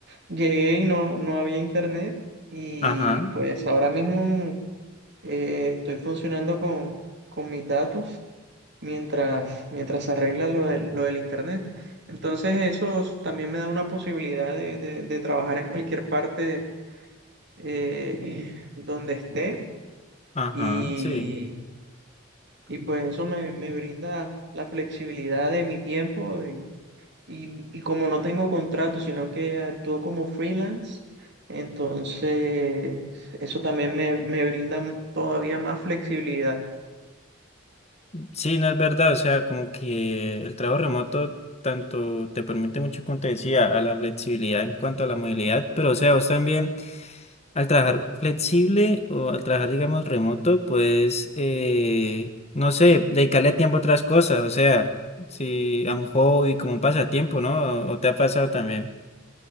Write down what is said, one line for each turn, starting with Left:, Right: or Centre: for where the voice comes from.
Right: llegué y no, no había internet y
Left: Ajá,
Right: pues ahora mismo eh, estoy funcionando con, con mis datos mientras, mientras se arregla lo del, lo del internet. Entonces eso s- también me da una posibilidad de, de- de trabajar en cualquier parte eh, donde esté
Left: ajá,
Right: y,
Left: sí.
Right: y pues eso me, me brinda la flexibilidad de mi tiempo y, y- y como no tengo contrato, sino que actúo como freelance. Entonces, eso también me, me brinda todavía más flexibilidad.
Left: Sí, no es verdad. O sea, como que el trabajo remoto tanto te permite mucho, como te decía, a la flexibilidad en cuanto a la movilidad, pero o sea, vos también. Al trabajar flexible o al trabajar, digamos, remoto, pues, eh, no sé, dedicarle tiempo a otras cosas, o sea, si a un hobby, como un pasatiempo, ¿no? ¿O te ha pasado también?